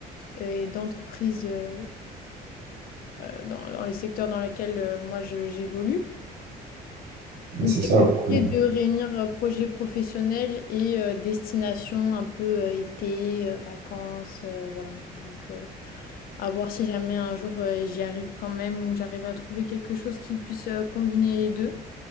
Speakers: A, on the left; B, on the right.
A: et d'entreprises, heu, heu, dans dans les secteurs dans lesquels, heu, moi je j'évolue. Donc
B: c'est
A: c'est
B: ça
A: compliqué
B: le problème.
A: de réunir, heu, projet professionnel et heu, destination un peu, heu, été, heu, vacances, heu, voilà. Donc heu, à voir si jamais un jour, heu, j'y arrive quand même ou j'arrive à trouver quelque chose qui puisse, heu, combiner les 2